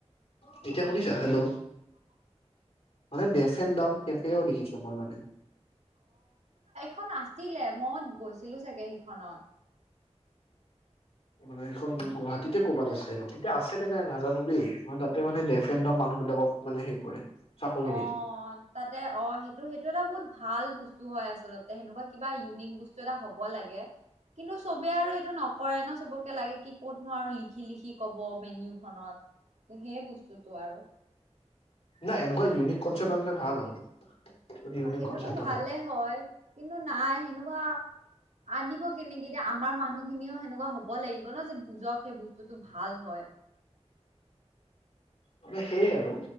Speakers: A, on the left (about 65°); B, on the right (about 80°).
A: তেতিয়া শুনিছা? হেল্ল' মানে দেফেন দাম কেফেও দেখিছোঁ মই মানে
B: সেইখন আছিলে মই গৈছিলোঁ চাগে সেইখনত।
A: মানে সেইখন গুৱাহাটীতে ক'ৰবাত আছে। এতিয়া আছে নে নাই নাজানোঁ দেই ম তাতে মানে ডেফেনড মানুহ বিলাকক মানে হেই কৰে। চাকৰি
B: অ'
A: দিয়ে
B: তাতে অ' সেইটো সেইটো এটা বহুত ভাল বস্তু হয় আচলতে সেনেকুৱা কিবা ইউনিক বস্তু এটা হ'ব লাগে কিন্তু চবে আৰু এইটো নকৰে ন চবকে লাগে কি ক'তনো আৰু লিখি লিখি কব মেনীউখনত সেই বস্তুতটো আৰু
A: নাই, এনেকুৱা ইউনিক কনচেপ্ট আনিলে ভাল আৰু যদি ইউনিক
B: অ সেইটোতো
A: কনচেপ্ট আনে
B: ভালে হয় কিন্তু নাই সেনেকুৱা আনিব কেনেকে এতিয়া আমাৰ মানুহ খিনিও সেনেকুৱা হ'ব লাগিব ন যে বুজক সেই বস্তু টো ভাল হয়।
A: মানে সেয়ে আৰু